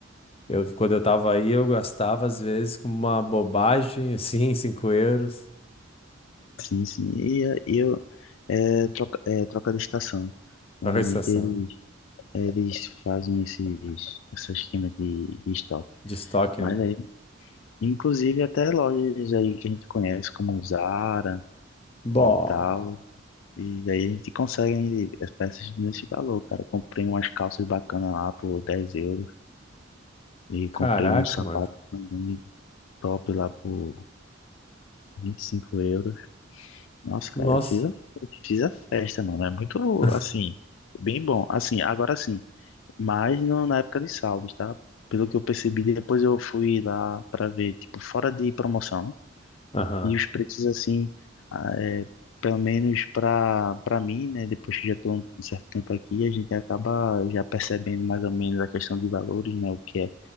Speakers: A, on the left; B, on the left.
A: eu, quando eu tava aí, eu gastava às vezes com uma bobagem <laughs> assim, cinco euros.
B: Sim, sim. E eh, e eu é troca, é troca de estação.
A: Troca
B: Normalmente
A: de estação,
B: eles, eles fazem esses, esses esquemas de, de estoque.
A: de estoque,
B: Mas
A: né?
B: aí, inclusive até lojas aí que a gente conhece, como Zara
A: Bom,
B: e tal. E aí a gente consegue aí as peças nesse valor, cara. Comprei umas calças bacanas lá por 10 euros. E comprei
A: caraca,
B: um sapato
A: mano.
B: também top lá por 25 euros. Nossa,
A: Nossa.
B: cara, eu fiz a, eu fiz a festa, mano. É muito,
A: <laughs>
B: assim, bem bom. Assim, agora sim, mas no- na época de saldos, tá? Pelo que eu percebi, depois eu fui lá pra ver, tipo, fora de promoção, né?
A: Aham.
B: E os preços, assim, ah, é, pelo menos pra, pra mim, né? Depois que já tô um certo tempo aqui, a gente acaba já percebendo mais ou menos a questão de valores, né? O que é